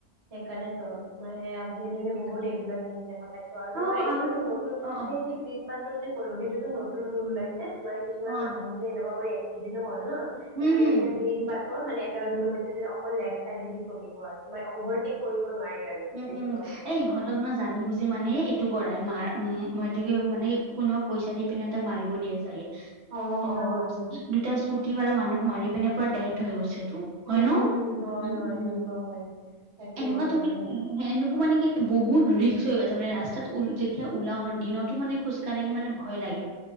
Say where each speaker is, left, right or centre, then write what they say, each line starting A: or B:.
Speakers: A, on the right; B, on the right.
A: সেইকাৰণেতো তোমাৰ আজিকালি মানে বহুত এইবিলাক নিজ দেখা পাইছো আৰু তোমাৰ
B: অ
A: এতিয়াটো
B: আৰু
A: নতুন
B: অ অ
A: সেই যি গ্ৰীণ বাছৰ যে কলো সেইটো নতুন ৰুল ওলাইছে তোমাৰ কিছুমান
B: অ
A: মানুহ যে এনেকুৱা কৰি এক্সিডেন্টো হল ন সেইকাৰণ
B: উম হম
A: এতিয়া গ্ৰীণ বাছ মানে এটা ৰোল হৈছে যে অকল লেফ্ট চাইডে দি চলিব আৰু তোমাৰ অভাৰটেক কৰিব নোৱাৰি আৰু। এতিয়া
B: উম
A: এনেকুৱা
B: উম
A: হৈছে।
B: এ ইহঁতক ন জানি বুজি মানে কৰাই মাৰ উ মানে কোনেও পইচা দি পিনে সিহঁতক মাৰিব দিয়ে চাগে।
A: অ'
B: সনেকুৱা
A: অ'
B: কৰিছে দুটা স্কুটি বালা মানুহ মাৰি পিনে পুৰা ডেথ হৈ গৈছে তো।
A: উম
B: হয় ন?
A: উম হয়
B: উম,
A: হয়
B: উম,
A: সেনেকুৱা হয়। তাকেই
B: এনেকুৱাতো
A: তোমাৰ সেন
B: এনেকুৱা মানে কি বহুত ৰিক্স হৈ গৈছে মানে ৰাস্তাত যেতিয়া ওলাও ন দিনতো মানে খোজ কাঢ়িলে মানে ভয় লাগে